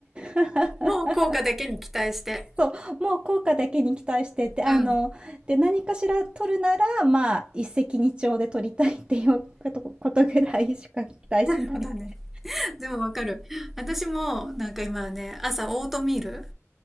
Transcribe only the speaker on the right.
<laughs>
そう、もう効果だけに期待してて、あの、
で、何かしら取るなら、まあ、一石二鳥で取りたいっていうことことぐらいしか期待しないで。